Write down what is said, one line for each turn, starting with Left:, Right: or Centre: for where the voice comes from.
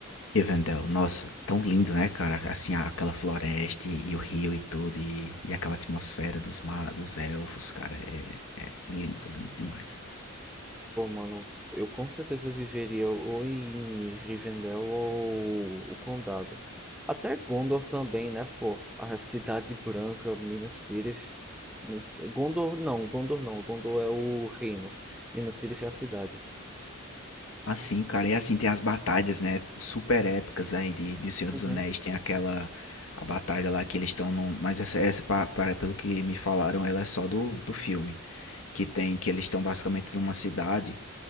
Left: Rivendell, nossa, tão lindo, né, cara? Assim, a- aquela floresta e, e o rio e tudo, e, e aquela atmosfera dos, ma- dos elfos, cara, é, é é lindo, lindo demais.
Centre: Pô, mano, eu com certeza viveria ou em Rivendell ou o Condado. Até Gondor também, né, pô? A Cidade Branca, Minas Tirith. Mu- Gondor não, Gondor não. Gondor é o reino. Minas Tirith é a cidade.
Left: Assim, cara, e assim tem as batalhas, né, super épicas aí de, de Senhor
Centre: Uhum.
Left: dos Anéis, tem aquela a batalha lá que eles estão num, mas essa essa pa- pa- pelo que me falaram, ela é só do, do filme, que tem que eles estão basicamente numa cidade